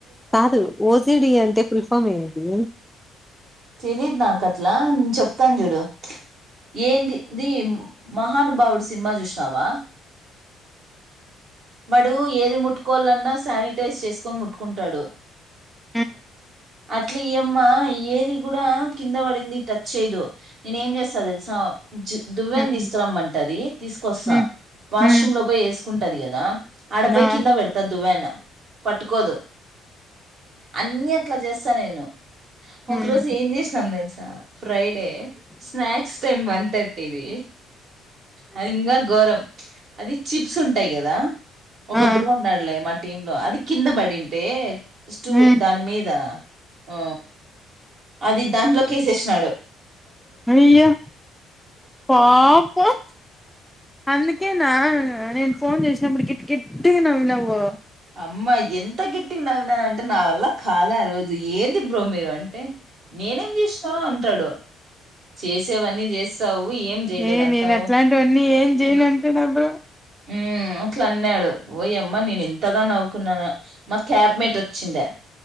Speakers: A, in the centre; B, on the right (about 60°).
A: కాదు ఓసిడి అంటే ఫుల్ ఫామ్ ఏంటి ఉమ్
B: తెలీదు నాకు అట్లా ఇలా చెప్తాను చూడు ఏంది ది మహానుభావుడు సినిమా చూసినావా. వాడు ఏది ముట్ క్కొల్లన్న శానిటైస్ చేసుకొని ము కుంటాడు
A: ఉ
B: అట్ల ఈ అమ్మ ఏది కుడా కింద పడింది టచ్ చేయదు. నేను ఏం చేస్త తెలుసా. దువ్వెన
A: ఉమ్
B: తీసుకురమ్మంటది తీసుకొస్తా
A: ఉమ్
B: వాష్రూమ్
A: ఉమ్
B: లో పోయి వేసు కుంటది కదా. ఆడబోయి
A: ఆ
B: కింద పెడి దువ్వెన పట్టుకోదు. అన్నీ అట్ల చేస్తా నేను. ఒక
A: ఉమ్
B: రోజు ఏం చేసినాం తెలుస తా ఫ్రైడే స్నాక్స్ టైమ్ వన్ థర్టీది అది ఇంకా ఘోరం అది చిప్స్ ఉంటాయి కదా ఒక
A: ఆ
B: ఒకప్పుడు ఉండాలి. మా టీమ్ లో అది కింద పడుంటే. స్టూల్
A: ఉమ్
B: దాని మీద ఆ అది దాంట్లోకి ఎసేసినాడు.
A: అయ్యా పాపం అందుకే నా నేను ఫోన్ చేసినప్పుడు గట్టిగట్టిగా నవ్వినావు
B: అమ్మా ఎంత గిట్టిగా నవ్వినవంటే నా వల్ల కాలే ఆ రోజు ఏంది బ్రో మీరు అంటే నేనేం చేసినా అంటాడు చేసేవన్నీ చేస్తావు ఏం చేయలేదు
A: ఏ
B: అంటావు
A: నేను అట్లాంటివన్నీ ఏం చేయను అంటున్నా బ్రో
B: ఉ అట్లా అన్నాడు ఓయమ్మ నేను ఎత్తగా నవ్వుకున్నాను మా క్యాబ్మేట్ వచ్చిందే